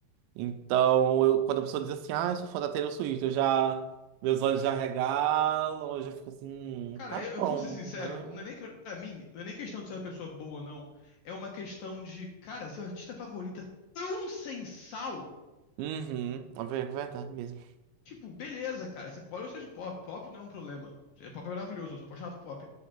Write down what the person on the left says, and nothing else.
Cara,
eu, eu
vou ser sincero,
não é nem que, pra mim, não é nem questão de ser uma pessoa boa, não. É uma questão de, cara, seu artista favorito é tão sensal
Tipo, beleza, cara, você pode gostar de pop. Pop não é um problema. É, Pop é maravilhoso, eu sou apaixonado por pop.